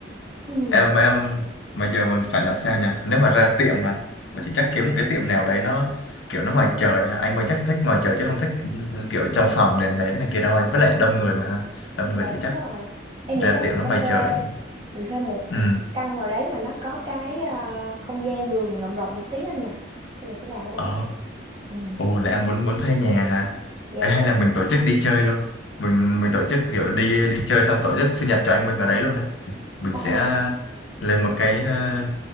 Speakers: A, on the right; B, on the left.
A: Ừ,
B: em em mà giờ mình phải làm sao nhỉ nếu mà ra tiệm hả Vậy thì chắc kiếm một cái tiệm nào đấy nó kiểu nó ngoài trời hả? anh mới chắc thích ngoài trời chứ không thích kiểu trong phòng đèn nến này kia đâu anh với lại đông người mà ha đông
A: dạ
B: người thì
A: đúng
B: chắc
A: rồi. Em nghĩ
B: ra
A: là
B: tiệm
A: mình
B: nó
A: sẽ
B: ngoài
A: thuê
B: trời
A: mình thuê một,
B: ừ
A: một căn nào đấy mà nó có cái ờ, không gian vườn rộng rộng một tí anh nhỉ. Xong mình sẽ làm ở đó.
B: Ồ.
A: Ừ,
B: Ồ là em muốn muốn thuê nhà hả?
A: dạ
B: Ấy
A: đúng
B: hay
A: rồi.
B: là mình tổ chức đi chơi luôn. Mình mình tổ chức kiểu đi đi chơi xong tổ chức sinh nhật cho anh mình ở đấy luôn á. Mình
A: Ồ,
B: sẽ lên một cái ờ,